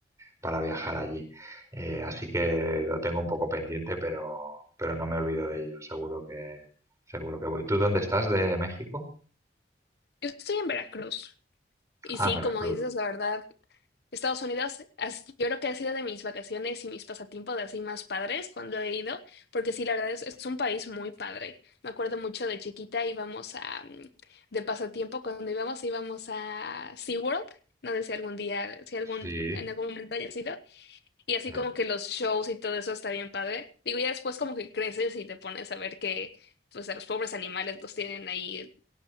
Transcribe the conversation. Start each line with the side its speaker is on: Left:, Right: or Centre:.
Right: para viajar allí. Eh, así que lo tengo un poco pendiente, pero, pero no me olvido de ello. Seguro que, seguro que voy. ¿Tú dónde estás de México?
Left: Yo estoy en Veracruz. Y
Right: Ah,
Left: sí,
Right: en Veracruz.
Left: como dices, la verdad. Estados Unidos, as- yo creo que ha sido de mis vacaciones y mis pasatiempos de así más padres cuando he ido, porque sí, la verdad es, es un país muy padre. Me acuerdo mucho de chiquita íbamos a, mm, de pasatiempo, cuando íbamos, íbamos a SeaWorld, no sé si algún día, si algún,
Right: Sí,
Left: en algún momento haya sido, y así
Right: sí,
Left: como que los shows y todo eso está bien padre. Digo, ya después como que creces y te pones a ver que, pues a los pobres animales los tienen ahí